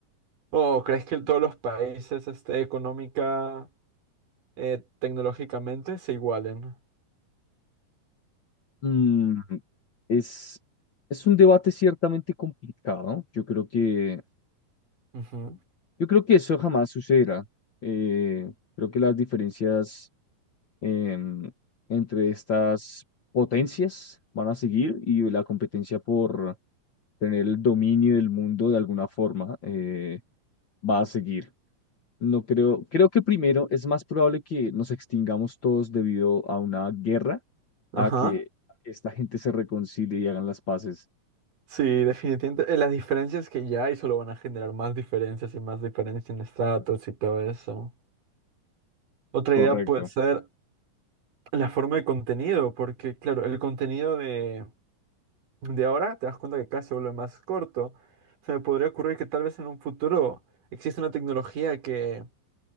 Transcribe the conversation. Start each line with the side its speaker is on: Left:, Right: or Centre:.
Right: ¿O crees que todos los países, este, económica, eh, tecnológicamente se igualen?
Left: Mm, es, es un debate ciertamente complicado. Yo creo que,
Right: Ujú.
Left: yo creo que eso jamás sucederá. Eh, creo que las diferencias em, entre estas potencias van a seguir y la competencia por tener el dominio del mundo de alguna forma eh, va a seguir. No creo, creo que primero es más probable que nos extingamos todos debido a una guerra,
Right: Ajá.
Left: a que esta gente se reconcilie y hagan las paces.
Right: Sí, definitivamente. eh, Las diferencias que ya hay solo van a generar más diferencias y más diferencias en estratos y todo eso. Otra
Left: Correcto.
Right: idea puede ser la forma de contenido, porque claro, el contenido de, de ahora te das cuenta que cada vez se vuelve más corto. Se me podría ocurrir que tal vez en un futuro exista una tecnología que